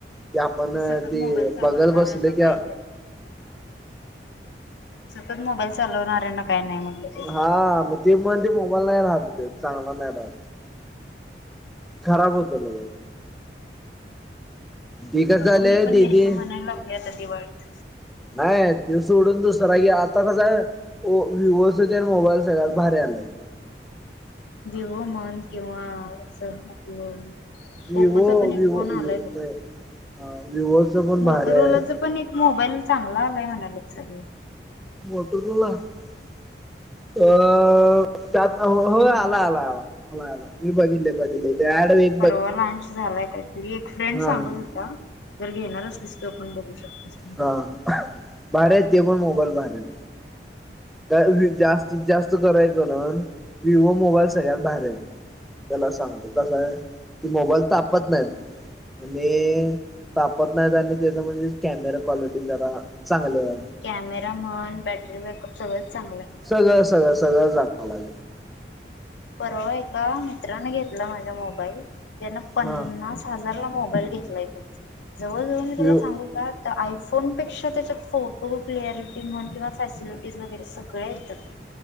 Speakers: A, in the centre; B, on the left (about 80°).
A: ते आपन
B: सतत
A: ते
B: मोबाईल चालवणाऱ्यांना
A: बघत बसले
B: काही
A: की,
B: सतत मोबाईल चालवणार्यांना काही नाही म्हटलं. ते
A: हा मग ते म्हण ते मोबाईल नाही राहात, चांगला नाही राहात. खराब होतो लगेच. ते कसं
B: बघू,
A: झालंय
B: मी
A: दीदी
B: पण घ्यायचं म्हणाय लागलोय आता दिवाळीत.
A: नाही त्यो सोडून दुसरा घ्या, आता कसं हाय वो विवोच तेन मोबाईल सगळ्यात भारी आल्यात.
B: विवो म्हन किंवा अस आपलं
A: विवो,
B: ओप्पोचा पण
A: विवो
B: एक फोन
A: विवो
B: आलाय बघ.
A: नाही, हा विवोच पण
B: मोटोरोलाचा
A: भारी आहेत.
B: पण एक मोबाईल चांगला आलाय म्हणालेत सगळी.
A: मो टो जुना आ. अ त्यात हो आला, आला, आला, आला, आला. मी बघितलय, बघितलय. डॅड विथ
B: परवा लांच झालाय काय तरी, एक फ्रेंड
A: हा
B: सांगत
A: हम्म
B: होता, जर घेणार असलीस तो पण बघू शकतेस.
A: हा भारी आहेत, ते पण मोबाईल भारी आहेत. कारण जास्तीत जास्त करायच करण, विवो मोबाईल सगळ्यात भारी हायित. चला सांगतो कस हाय, ती मोबाईल तापत नाहीत. आणि तापत नाहीत आणि त्याच म्हणजे कॅमेरा क्वालिटी जरा चांगली हाय.
B: कॅमेरा म्हण, बॅटरी बॅकअप सगळंच चांगलं हाय.
A: सगळं सगळं सगळं सगळ सांगालोय.
B: परवा एका मित्राने घेतला माझा मोबाईल, त्यान पन्नास
A: ना
B: हजारला मोबाईल घेतला, जवळ जवळ मी तुला
A: व्ह्यू
B: सांगु त्यात आता आयफोनपेक्षा त्याच्यात फोटो क्लिॲरिटी म्हण किंवा फॅसिलिटीज वगैरे सगळे येतात.